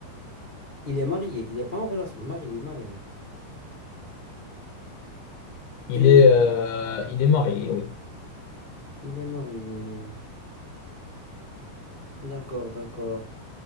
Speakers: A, on the left; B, on the left.
A: Il est marié, il n'est pas en relation. Marié, marié.
B: Il
A: Et
B: est, euh,
A: il
B: il est marié,
A: hein,
B: oui.
A: il est marié. D'accord, d'accord.